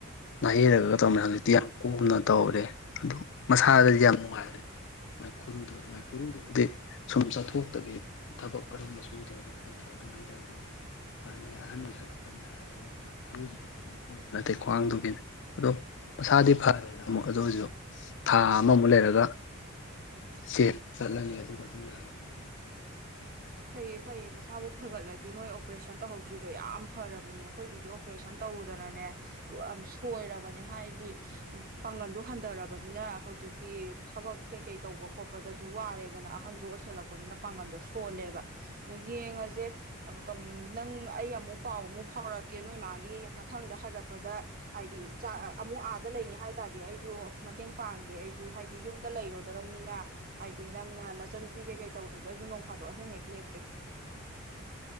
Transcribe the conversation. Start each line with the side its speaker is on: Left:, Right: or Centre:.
Left: ꯅꯥꯍꯩꯔꯒ ꯇꯧꯅꯤꯅ ꯍꯧꯖꯤꯛꯇꯤ ꯌꯥꯝ ꯀꯣꯝꯅ ꯇꯧꯔꯦ ꯑꯗꯨ ꯃꯁꯥꯗꯗꯤ ꯌꯥꯝ ꯅꯨꯡꯉꯥꯏꯔꯦꯥꯏ ꯈꯨꯔꯨꯗꯨꯉꯥꯏ ꯈꯨꯔꯨꯗꯨꯕꯨꯗꯤ ꯁꯨꯝ ꯆꯠꯊꯣꯛꯇꯕꯤ ꯊꯕꯛ ꯀꯔꯝꯕ ꯁꯨꯗ꯭ꯔꯥ ꯈꯣꯠꯇ꯭ꯔꯥ ꯑꯗꯨꯃꯥꯏꯅ ꯇꯧꯔꯒ ꯑꯗꯨꯝ ꯐꯅꯤ ꯑꯍꯟ ꯑꯣꯏ ꯁꯜꯂꯛꯄꯅꯤ ꯍꯥꯏ ꯑꯗꯣ ꯍꯧꯖꯤꯛ ꯈꯨꯔꯨꯗꯨꯗꯤꯕ ꯅꯠꯇꯦ ꯈ꯭ꯋꯥꯡꯗꯨꯒꯤꯅ ꯑꯗꯣ ꯃꯁꯥꯗꯤ ꯐꯔꯦꯗ ꯑꯃꯨꯛ ꯑꯗꯨ ꯑꯣꯏꯔꯁꯨ ꯊꯥ ꯑꯃꯃꯨꯛ ꯂꯩꯔꯒ ꯁꯦ ꯆꯠꯂꯅꯤ ꯑꯗꯨꯒ ꯑꯗꯨꯝ ꯌꯥꯔꯅꯤꯅ
Right: ꯐꯩꯌꯦ ꯐꯩꯌꯦ ꯃꯁꯥꯕꯨ ꯐꯒꯠꯂꯗꯤ ꯅꯣꯏ ꯑꯣꯄꯔꯦꯁꯟ ꯇꯧꯍꯧꯗ꯭ꯔꯤꯗꯣ ꯌꯥꯝ ꯐꯔꯕꯅꯦ ꯑꯩꯈꯣꯏꯒꯤꯗꯤ ꯑꯣꯄꯔꯦꯁꯟ ꯇꯧꯔꯨꯗꯅꯅꯦ ꯌꯥꯝ ꯁꯣꯏꯔꯕꯅꯦ ꯍꯥꯏꯗꯤ ꯄꯥꯡꯒꯜꯗꯣ ꯍꯟꯊꯔꯕꯅꯤꯅ ꯍꯧꯖꯤꯛꯇꯤ ꯊꯕꯛ ꯀꯩ ꯀꯩ ꯇꯧꯕ ꯈꯣꯠꯄꯗꯁꯨ ꯋꯥꯔꯦꯗꯅ ꯑꯍꯟꯁꯨ ꯑꯣꯏꯁꯜꯂꯛꯄꯅꯤꯅ ꯄꯥꯡꯒꯜꯗꯣ ꯁꯣꯜꯂꯦꯕ ꯅꯣꯏ ꯌꯦꯡꯉꯁꯦ ꯅꯪ ꯑꯩ ꯑꯃꯨꯛ ꯄꯥꯎ ꯑꯃꯨꯛ ꯐꯥꯎꯔꯛꯀꯦ ꯅꯣꯏ ꯏꯃꯥꯒꯤ ꯃꯊꯪꯗ ꯍꯥꯏꯒꯠꯄꯗ ꯍꯥꯏꯗꯤ ꯆ ꯑꯃꯨꯛ ꯑꯥꯗ ꯂꯩꯅꯤ ꯍꯥꯏ ꯇꯥꯔꯗꯤ ꯑꯩꯁꯨ ꯃꯇꯦꯡ ꯄꯥꯡꯒꯦ ꯑꯩꯁꯨ ꯍꯥꯏꯗꯤ ꯌꯨꯝꯗ ꯂꯩꯔꯣꯏꯗ꯭ꯔꯝꯅꯤꯅ ꯍꯥꯏꯗꯤ ꯅꯪꯅ ꯅꯆꯟꯅꯨꯄꯤ ꯀꯩꯀꯩ ꯇꯧꯗ꯭ꯔꯁꯨ ꯑꯩꯁꯨ ꯅꯣꯡꯐꯥꯗꯣꯛ ꯑꯍꯤꯡ ꯍꯦꯛ ꯂꯦꯞꯀꯦ